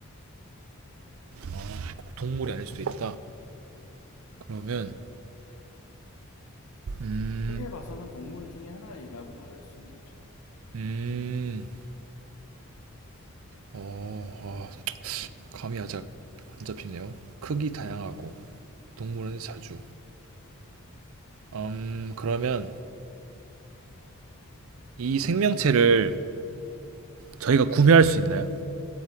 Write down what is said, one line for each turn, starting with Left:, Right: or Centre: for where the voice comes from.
Right: 아, 꼭 동물이 아닐 수도 있다. 그러면 음,
Left: 크게 봐서는 동물 중에 하나이라고 말할 수는 있죠.
Right: 음, 어, 아, 감이 아작 안 잡히네요. 크기 다양하고 동물원에 자주. 음, 그러면 이 생명체를 저희가 구매할 수 있나요?